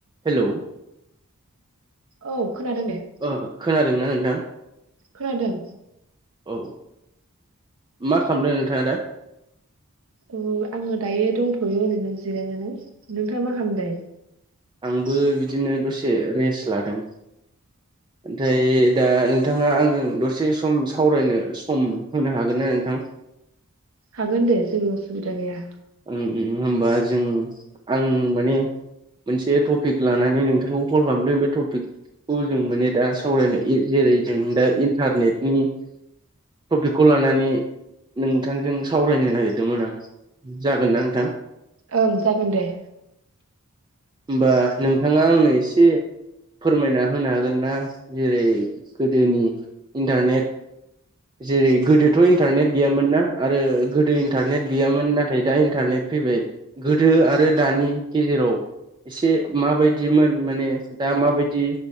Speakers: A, on the right; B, on the right.
A: Hello
B: औ खोनादों दे
A: ओ खोनादोंना नोंथां
B: खोनादों
A: औ मा खालामदों नोंथाङा दा
B: अ आङो दायो दंथयो ओरैनो जिरायनानै नोंथाङा मा खालामदों?
A: आंबो बिदिनो दसे रेस लादों‌। ओनथाय दा नोंथाङा आंजों दसे सम सावरायनो सम होनो हागोन ना नोंथां
B: हागोन दे जेबो उसुबिदा गैया
A: उम उम होमबा जों आं माने मोनसे टपिक लानानै नोंथांखौ कल खालामदों बे टपिकखौ जों माने दा सावरायनो इ जेरै जों दा इन्टारनेटनि टपिकखौ लानानै नोंथांजों सावरायनो नागिरदोंमोन आं जागोन ना नोंथां
B: ओं जागोन दे
A: होमबा नोंथाङा आंनो एसे फोरमायना होनो हागोन ना जेरै गोदोनि इन्टारनेट जेरै गोदोथ इन्टारनेट गैयामोन ना आरो गोदो इन्टारनेट गैयामोन नाथाय दा इन्टारनेट फैबाय गोदो आरो दानि गेजेराव एसे माबायदिमोन माने दा माबायदि